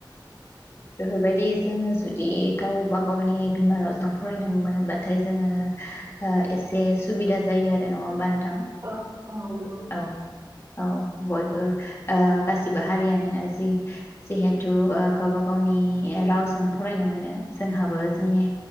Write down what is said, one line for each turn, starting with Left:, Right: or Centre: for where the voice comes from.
Left: बेफोरबायदि जोङो जुदि गावबा गावनि बिमा रावजों फरायनो मोनोब्लाथाय जोङो एसे सुबिदा जायो आरो नङा होनबा नोंथां
Right: औ औ नंगौ
Left: औ- औ बयबो ओ गासिबो हारियानो जि जिहेथु गावबा गावनि रावजों फरायनो मोनो जोंहाबो जोंनि